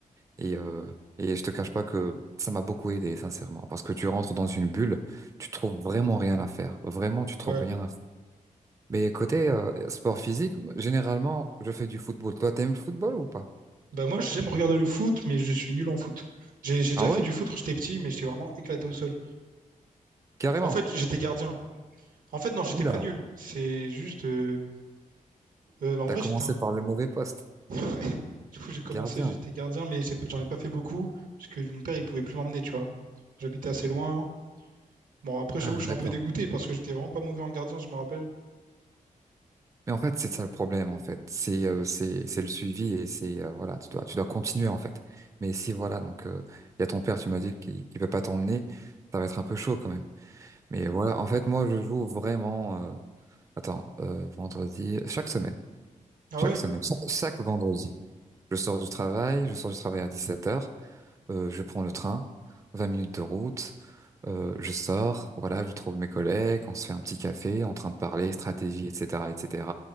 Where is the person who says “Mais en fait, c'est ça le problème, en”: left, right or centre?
Right